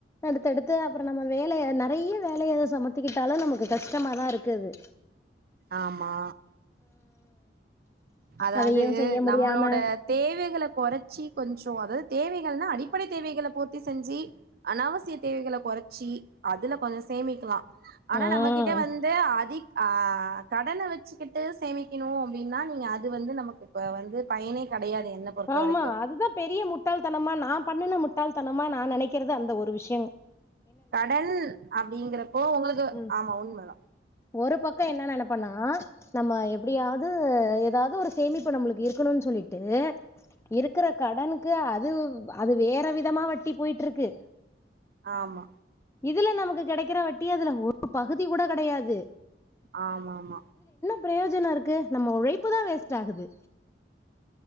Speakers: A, on the left (about 15°); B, on the right (about 55°).
A: அடுத்தடுத்து அப்பற நம்ம வேலய நெறைய வேலைய சமத்திக்கிட்டாலு நமக்கு கஷ்டமாதா இருக்குது
B: ஆமா அதாவது
A: அதையு செய்ய முடியாம
B: நம்மளோட தேவைகள கொறைச்சி கொஞ்ச அதாவது தேவைகள்னா அடிப்படை தேவைகளை பூர் த்தி செஞ்சு அனாவசிய தேவைகளை கொறைச்சி அதுல கொஞ்ச சேமிக்கலா ஆனா
A: ம்
B: நம்மகிட்ட வந்து அதி ஆ கடன வச்சுக்கிட்டு சேமிக்கணு அப்படின்னா நீங்க அ வந்து நமக்கு இப்ப வந்து பயனே கெடையாது என்ன பொறுத்த
A: ஆமா
B: வரைக்கு
A: அதுதா பெரிய முட்டாள்தனமா நா பண்ணன முட்டாள்தனமா நா நெனைக்கறது அந்த ஒரு விஷயங்
B: கட அப்டிங்கிறப்போ உங்களுக்கு
A: ம்
B: ஆமா உண்மை தா
A: ஒரு பக்க என்ன நன பண்ணா நம்ம எப்படியாவது ஏதாவது ஒரு சேமிப்பு நம்மளுக்கு இருக்கணும்னு சொல்லி ட்டு இருக்கற கடனுக்கு அது அது வேற விதமா வட்டி போயிட்ருக்கு
B: ஆமா
A: இதுல நமக்கு கெடைக்குறவட்டி அதுல ஒரு பகுதி கூட கெடையாது
B: ஆமாமா
A: பிரயோஜன இருக்கு நம்ம உழைப்பு தா வேஸ்ட்டாகுது